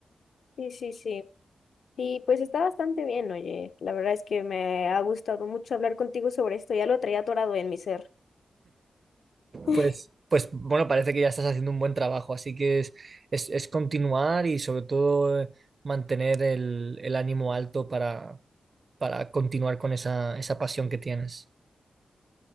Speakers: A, on the left; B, on the right.
A: Sí, sí, sí. Sí, pues está bastante bien, oye. La verdad es que me ha gustado mucho hablar contigo sobre esto. Ya lo traía atorado en mi ser. <laughs>
B: Pues, pues bueno, parece que ya estás haciendo un buen trabajo, así que es, es, es continuar y sobre todo eh, mantener el, el ánimo alto para, para continuar con esa, esa pasión que tienes.